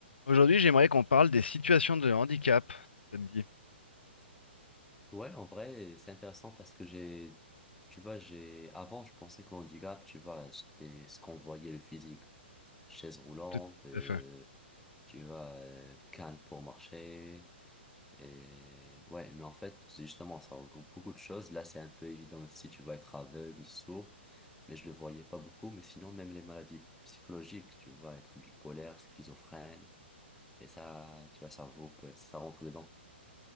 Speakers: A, on the left; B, in the centre.
A: Aujourd'hui, j'aimerais qu'on parle des situations de handicap, si ça te dit.
B: Ouais, en vrai, c'est intéressant parce que j'ai, tu vois, j'ai, avant, je pensais que l'handicap, tu vois, c'était ce qu'on voyait le physique. Chaise roulante,
A: Tout
B: euh,
A: tout à fait.
B: tu vois, euh, canne pour marcher. Et ouais, mais en fait, c'est justement, ça regroupe beaucoup de choses. Là, c'est un peu évident aussi, tu vas être aveugle, sourd, mais je le voyais pas beaucoup. Mais sinon, même les maladies psychologiques, tu vas être bipolaire, schizophrène, et ça, tu vois, ça regroupe, ça rentre dedans.